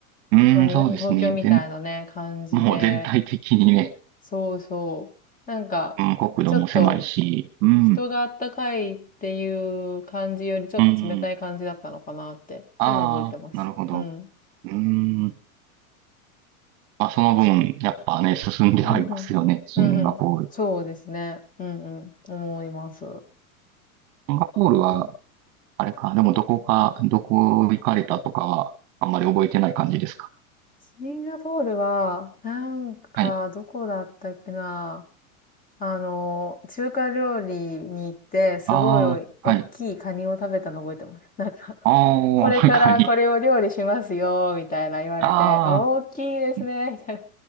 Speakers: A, on the right; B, on the left.
A: うん、
B: まあに東京みたいなね、
A: そうですね。全、
B: 感じで、
A: もう全体的にね、
B: そうそう。なんか、
A: うん、国土も狭いし、
B: ちょっと、
A: うん、
B: 人があったかいっていう感じよりちょっと冷たい感じだったのかなって、
A: うん。ああ、
B: そういうの覚えてます。
A: なるほど。
B: うん。
A: うん。まあ、その分、やっぱね、進んではいますよね。
B: うんうん。
A: シンガポール。
B: うんうん。そうですね。うんうん。思います。そ
A: シンガポールは、
B: うか。
A: あれか、でもどこか、どこ行かれたとかは、あんまり覚えてない感じですか。
B: シンガポールは、なんか、
A: はい。
B: どこだったっけな。あの、中華料理に行って、すごい大きいカニを食べたの覚えてます。
A: ああ、はい。
B: なんか、
A: ああ、
B: これからこれを料理しますよ、
A: <laughs> 中に。
B: みたいな言われて、
A: あ
B: あ大きいですね、
A: ー、
B: <laughs> みたいな。